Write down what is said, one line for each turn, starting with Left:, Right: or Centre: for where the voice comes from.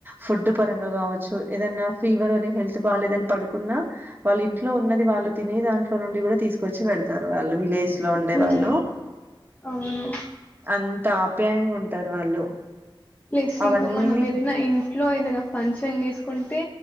Right: ఫుడ్ పరంగా కావచ్చు ఏదనా ఫీవర్ అనే హెల్త్ బాలేదని పడుకున్నా వాళ్ళు ఇంట్లో ఉన్నది వాళ్ళు తిన దినేతనట్లో నుండి కూడా తీసుకొచ్చి పెడతారు వాళ్ళు విలేజ్ లో ఉండే
Left: హ్మ్.
Right: వాళ్ళు
Left: అవును.
Right: ఆన్ త ఆప్యాయంగా ఉంటరు వాళ్ళు
Left: ప్లస్
Right: అవన్నీ
Left: ఇంకా మనం ఏదైనా ఇంట్లో ఏదైనా ఫంక్షన్ చేసుకు కుంటే